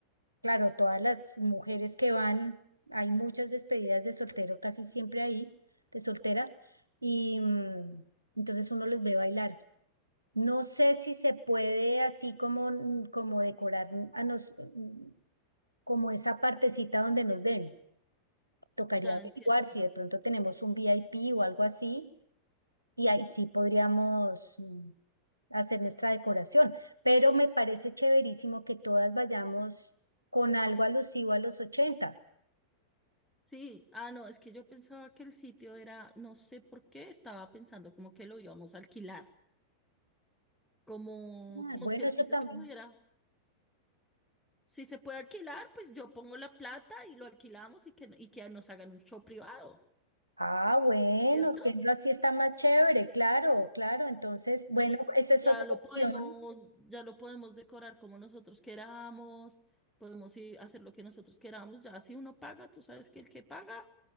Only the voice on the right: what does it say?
Claro, todas las mujeres que van, hay muchas despedidas de soltero, casi siempre ahí, de soltera, y mm, entonces uno los ve bailar. No sé si se puede así como, mm, como decorar a nos, mm, como esa partecita donde nos den. Tocaría
averiguar
si de pronto tenemos un VIP o algo así, y ahí sí podríamos mm, hacer nuestra decoración. Pero me parece chéverísimo que todas vayamos con algo alusivo a los 80.
Ah, bueno,
eso
también.
Ah, bueno,
siendo así está más chévere, claro, claro. Entonces, bueno,
esa
es
otra
opción.